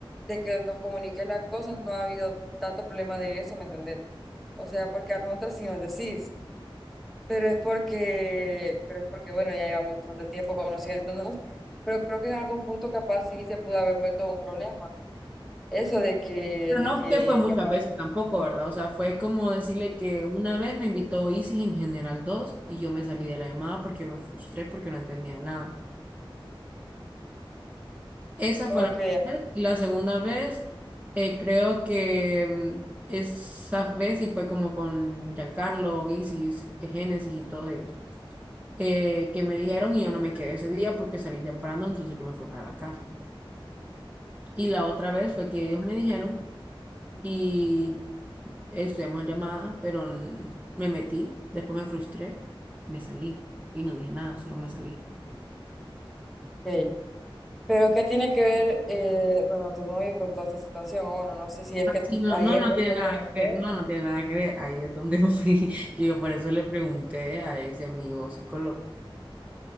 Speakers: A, in the centre; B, on the right.
A: de que nos comuniques las cosas, no ha habido tanto problema de eso, ¿me entendés? O sea, porque a nosotras sí nos decís, pero es porque, pero es porque, bueno, ya llevamos bastante tiempo conociéndonos, pero creo que en algún punto capaz sí se pudo haber vuelto un problema. Eso de que,
B: Pero no
A: de que
B: que fue muchas
A: capaz...
B: veces tampoco, ¿verdad? O sea, fue como decirle que una vez me invitó Isis en General 2 y yo me salí de la llamada porque me frustré porque no entendía nada. Esa
A: Ok,
B: fue la primera vez. Y la segunda vez, eh, creo que mm, esa vez sí fue como con Giancarlo, Isis, eh, Génesis y todos ellos, eh, que me dijeron y yo no me quedé ese día porque salí temprano, entonces yo me fui para la casa. Y la otra vez fue que ellos me dijeron y estudiamos en llamada, pero mm, me metí, después me frustré, me salí y no dije nada, solo me salí.
A: Ey, Pero ¿qué tiene que ver, eh, bueno, tu novio con toda esta situación? O Bueno, no sé si es que
B: Sí, No,
A: ahí
B: no,
A: empezó
B: no tiene
A: a
B: nada
A: conocer.
B: que ver, no, no tiene nada que ver. Ahí es donde <laughs> voy, que yo por eso le pregunté a ese amigo psicólogo.